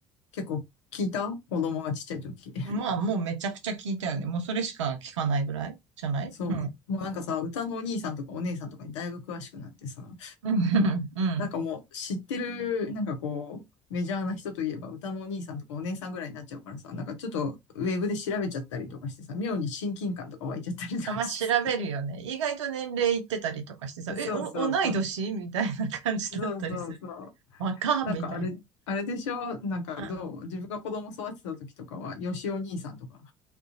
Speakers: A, on the left (about 75°); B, on the right (about 75°).
A: 結構聞いた子供がちっちゃい時。
B: うんまあ、もうめちゃくちゃ聞いたよね。もうそれしか聞かないぐらいじゃないうん。
A: <laughs> そう。もうなんかさ、歌のお兄さんとかお姉さんとかにだいぶ詳しくなってさ、
B: うん。<laughs> うん。
A: なんかもう知ってる、なんかこう、メジャーな人といえば歌のお兄さんとかお姉さんぐらいになっちゃうからさ、なんかちょっとウェブで調べちゃったりとかしてさ、妙に親近感とか湧いちゃったりとかしてさ。
B: あ、まあ、調べるよね。意外と年齢いってたりとかしてさ、
A: <laughs>
B: え、
A: そうそうそう。
B: お、同い年みたいな感じだったりする。
A: そうそうそう。
B: 若っみたいな。
A: なんかあれ、あれでしょなんかどう自分が子供育てた時とかは、
B: うん。
A: よしお兄さんとか。